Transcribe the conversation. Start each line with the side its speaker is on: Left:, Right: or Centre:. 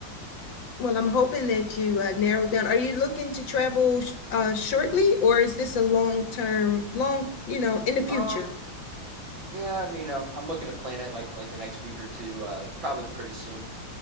Left: Well, I'm hoping that you uh, narrow down. Are you looking to travel sh- uh, shortly, or is this a long term, long, you know, in the future?
Right: Um, yeah, I mean, um, I'm looking to plan it like like the next week or two, uh, probably pretty soon.